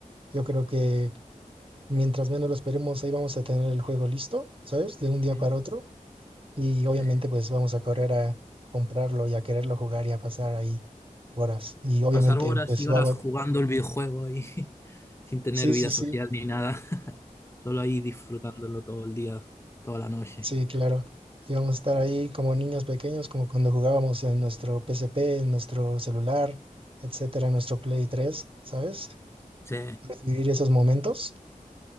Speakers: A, on the right (about 40°); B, on the left (about 20°).
A: Yo creo que mientras menos lo esperemos, ahí vamos a tener el juego listo, ¿sabes? De un día
B: <laughs>
A: para otro. Y obviamente
B: Eh,
A: pues vamos a correr a comprarlo y a quererlo jugar y a pasar ahí horas. Y obviamente
B: Pasar horas
A: pues
B: y horas
A: vamos,
B: jugando el videojuego y <laughs> sin tener
A: sí,
B: vida
A: sí, sí,
B: social ni nada. <laughs> Solo ahí disfrutándolo todo el día, toda la noche.
A: sí, claro. Y vamos a estar ahí como niños pequeños, como cuando jugábamos en nuestro PSP, en nuestro celular, etcétera, en nuestro Play tres ¿sabes?
B: Sí,
A: Pues, Vivir esos momentos.